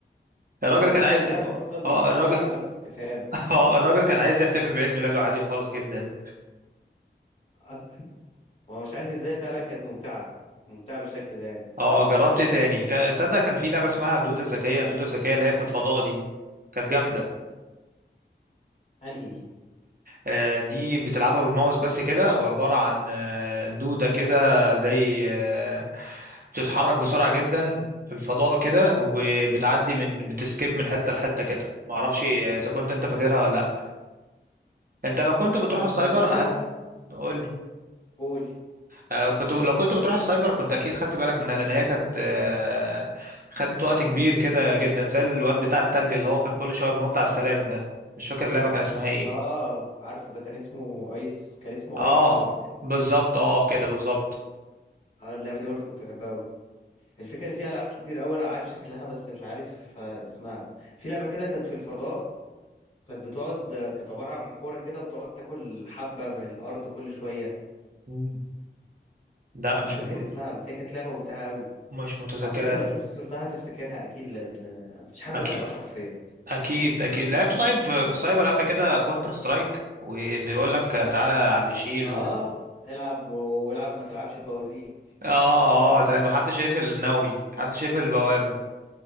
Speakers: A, on the left; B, on the right.
A: <laughs>
B: الراجل
A: ما هو
B: كان
A: اسم
B: عايز
A: اللعبه اصلا
B: اه
A: عباره
B: الراجل
A: عن علامه استفهام
B: <laughs> اه الراجل كان عايز يحتفل بعيد ميلاده عادي خالص جدا
A: <laughs> هو مش عارف ازاي فعلا كانت ممتعة كانت ممتعة بالشكل ده يعني
B: اه جربت ايه تاني كا- صدق كان في لعبه اسمها دوده الذكيه دوده الذكيه اللي هي في الفضاء دي كانت جامده
A: انهي دي
B: آه، دي بتلعبها بالماوس بس كده وعباره عن آه، دوده كده زي آه، بتتحرك بسرعه جدا في الفضاء كده وبتعدي من بتسكيب من حته لحته كده معرفش اذا كنت انت فاكرها ولا لا انت لو كنت بتروح
A: اه
B: السايبر
A: في لعبة
B: هتقول
A: قول
B: آه، كنت لو كنت بتروح السايبر كنت اكيد خدت بالك منها لان هي كانت آه، خدت وقت كبير كده جدا زي الواد بتاع التلج اللي هو كان كل شويه بينط على السلالم ده مش فاكر اللعبه كان اسمها ايه
A: اه عارفه ده كان اسمه ايس كان اسمه
B: اه
A: ايس تاور بتاع-
B: بالظبط اه كده بالظبط
A: اه اللعبة دي برضو كنت بحبها قوي الفكرة ان في العاب كتير قوي انا عارف شكلها بس مش عارف آه، اسمها في لعبة كده كانت في الفضاء كانت بتقعد آه، كانت عبارة عن كورة كده بتقعد تاكل حبة من الارض كل شوية
B: مم. لا
A: مش
B: مش
A: فاكر
B: مت...
A: اسمها بس هي كانت لعبة ممتعة قوي
B: مش متذكرها
A: اعتقد لو
B: دي
A: شفت صورتها هتفتكرها اكيد لان مفيش حد
B: اكيد
A: ما لعبهاش حرفيا
B: اكيد اكيد لعبت طيب في في سايبر قبل كده كونتر سترايك واللي يقول لك تعالى على اللي يشيل
A: اه
B: وال...
A: العب والعب ما تلعبش بوازيك
B: اه اه تلاقي محدش شايف الناوي محدش شايف البوابه